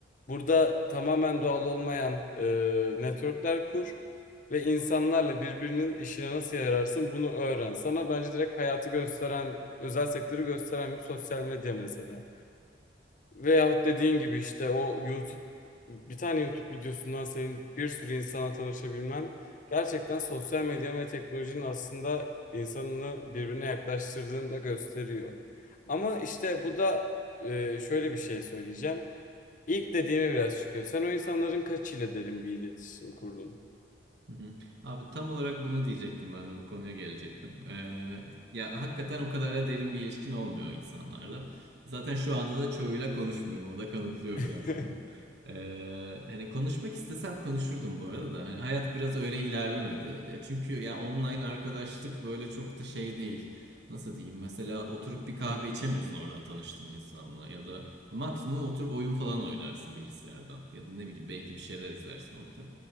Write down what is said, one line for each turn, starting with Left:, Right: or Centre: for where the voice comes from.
Left: Burada tamamen doğal olmayan e, networkler kur ve insanlarla birbirinin işine nasıl yararsın bunu öğren. Sana bence direkt hayatı gösteren, özel sektörü gösteren bir sosyal medya mesela. Veyahut dediğin gibi işte o YouTube, bir tane YouTube videosundan senin bir sürü insana tanışabilmen gerçekten sosyal medyanın ve teknolojinin aslında insanını birbirine yaklaştırdığını da gösteriyor. Ama işte bu da e, şöyle bir şey söyleyeceğim. İlk dediğime biraz çıkıyor. Sen o insanların kaçıyla derin bir iletişim kurdun?
Right: Hı hı. Abi tam olarak bunu diyecektim ben de bu konuya gelecektim. Ee, ya hakikaten o kadar da derin bir ilişkin olmuyor insanlarla. Zaten şu anda da çoğuyla konuşmuyorum. O da kanıtlıyor
Left: <laughs>
Right: biraz bunu. Ee, hani konuşmak istesem konuşurdum bu arada da. Hani hayat biraz öyle ilerlemedi. E, çünkü ya online arkadaşlık böyle çok da şey değil. Nasıl diyeyim? Mesela oturup bir kahve içemiyorsun oradan tanıştığın insanla ya da maksimum oturup oyun falan oynarsın bilgisayardan ya da ne bileyim belki bir şeyler izlersin ortak.